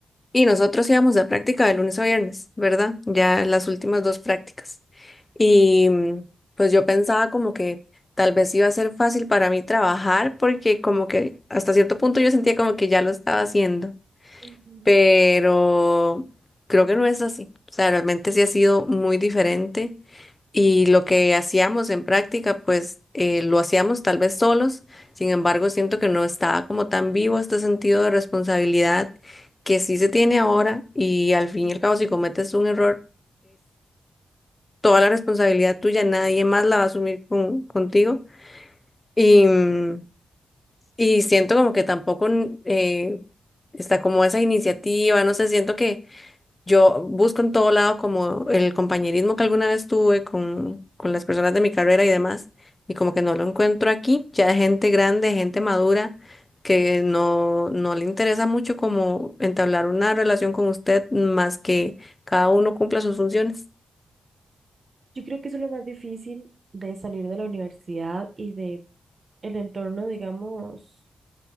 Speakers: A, on the left (about 30°); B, on the right (about 50°).
A: Y nosotros íbamos a práctica de lunes a viernes, ¿verdad? Ya las últimas dos prácticas. Y mm, pues yo pensaba como que tal vez iba a ser fácil para mí trabajar porque como que hasta cierto punto yo sentía como que ya lo estaba haciendo,
B: Ujú.
A: pero creo que no es así. O sea, realmente sí ha sido muy diferente y lo que hacíamos en práctica pues eh, lo hacíamos tal vez solos, sin embargo siento que no estaba como tan vivo este sentido de responsabilidad que sí se tiene ahora y al fin y al cabo si cometes un error toda la responsabilidad tuya, nadie más la va a asumir con- contigo. Y, mm, y siento como que tampoco n- eh, está como esa iniciativa, no sé, siento que yo busco en todo lado como el compañerismo que alguna vez tuve con, con las personas de mi carrera y demás, y como que no lo encuentro aquí, ya gente grande, gente madura. que no, no le interesa mucho como entablar una relación con usted más que cada uno cumpla sus funciones.
B: Yo creo que eso es lo más difícil de salir de la universidad y de el entorno, digamos,